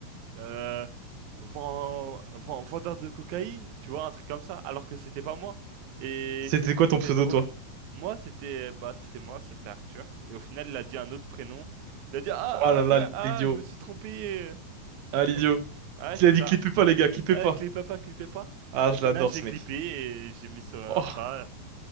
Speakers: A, on the right (about 65°); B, on the right (about 85°).
A: euh, vend- vend- vendeur de cocaïne, tu vois, un truc comme ça, alors que c'était pas moi. Et
B: C'était
A: c'était
B: quoi ton pseudo,
A: drôle.
B: toi?
A: Moi, c'était bah, c'était moi, c'était Arthur. Et au final, il a dit un autre prénom. Il a dit, ah,
B: Oh là
A: ah,
B: là,
A: mais, ah,
B: l'idiot.
A: je me suis trompé.
B: Ah, l'idiot.
A: Ah,
B: Qui
A: c'est
B: a dit
A: ça.
B: clippez pas, les gars, clippez
A: Ah,
B: pas.
A: clipez pas, clipez pas.
B: Ah,
A: Bah, au
B: je
A: final,
B: l'adore,
A: j'ai
B: ce
A: clippé
B: mec.
A: et j'ai mis sur Insta.
B: Oh.